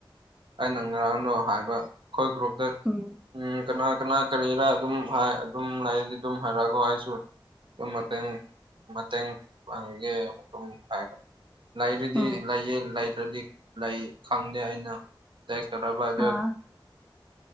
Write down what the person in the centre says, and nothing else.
ꯎꯝ
ꯎꯝ
ꯑꯥ